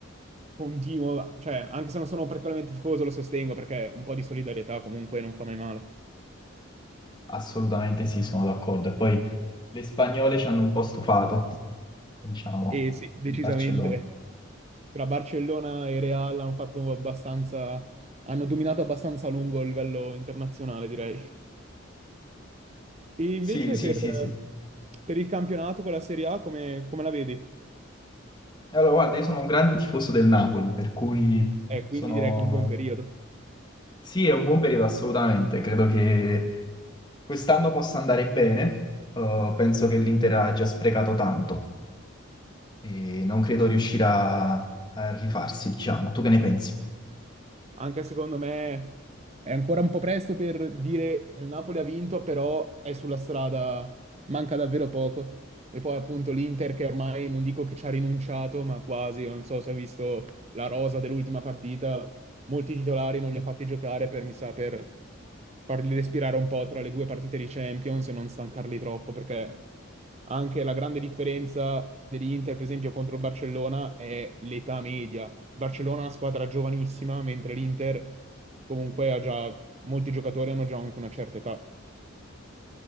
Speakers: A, on the right (about 30°); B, on the left (about 20°).
A: continuo, cioè anche se non sono particolarmente tifoso lo sostengo perché un po' di solidarietà comunque non fa mai male.
B: Assolutamente sì, sono d'accordo. E poi le spagnole ci hanno un po' stufato, diciamo,
A: E sì, decisamente
B: il Barcellona.
A: tra Barcellona e Real hanno fatto abbastanza, hanno dominato abbastanza a lungo a livello internazionale, direi. E invece
B: Sì, sì,
A: per,
B: sì, sì.
A: per il campionato con la Serie A come come la vedi?
B: Allora, guarda, io sono un grande tifoso del Napoli, per cui
A: E
B: sono...
A: quindi direi che è un buon No. periodo.
B: Sì, è un buon periodo assolutamente, credo che quest'anno possa andare bene, Uh, penso che l'Inter ha già sprecato tanto e non credo riuscirà a rifarsi, diciamo. Tu che ne pensi?
A: Anche secondo me è ancora un po' presto per dire che il Napoli ha vinto, però è sulla strada, manca davvero poco. E poi appunto l'Inter che ormai non dico che ci ha rinunciato, ma quasi, non so se ha visto la rosa dell'ultima partita, molti titolari non li ha fatti giocare per, mi sa, per farli respirare un po' tra le due partite di Champions e non stancarli troppo, perché anche la grande differenza dell'Inter, per esempio, contro il Barcellona è l'età media. Il Barcellona è una squadra giovanissima, mentre l'Inter comunque ha già, molti giocatori hanno già anche una certa età.